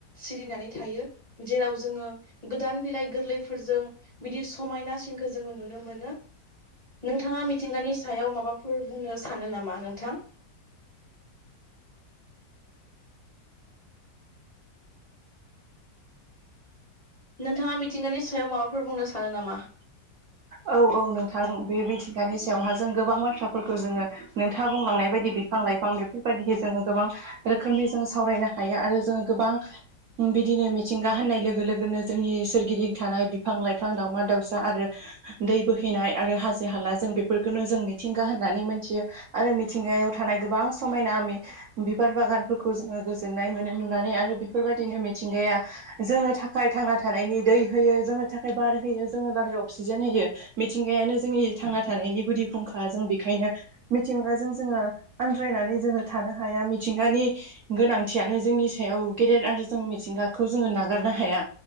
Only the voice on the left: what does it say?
सिरिनानै थायो जेराव जोंङो गोदान बिलाइ गोरलैफोरजों बिदि समायनासिनखौ जोंङो नुनो मोनो नोंथांङा मिथिंगानि सायाव माबाफोर बुंनो सानो नामा नोंथां नोंथांङा मिथिंगानि सायाव माबाफोर बुंनो सानो नामा?
<inaudible>